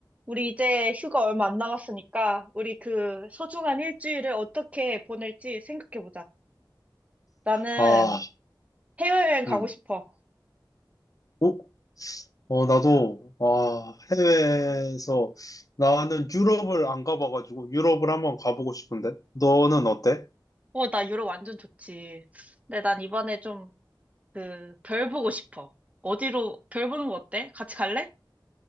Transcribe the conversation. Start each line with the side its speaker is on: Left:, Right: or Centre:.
Right: 우리 이제 휴가 얼마 안 남았으니까 우리 그 소중한 일주일을 어떻게 보낼지 생각해보자. 나는
Left: 아,
Right: 해외여행 가고
Left: 음.
Right: 싶어.
Left: 어? 어, 나도, 아, 해외에서, 나는 유럽을 안 가봐가지고, 유럽을 한번 가보고 싶은데? 너는 어때?
Right: 어, 나 유럽 완전 좋지. 근데 난 이번에 좀 그 별 보고 싶어. 어디로 별 보는 거 어때? 같이 갈래?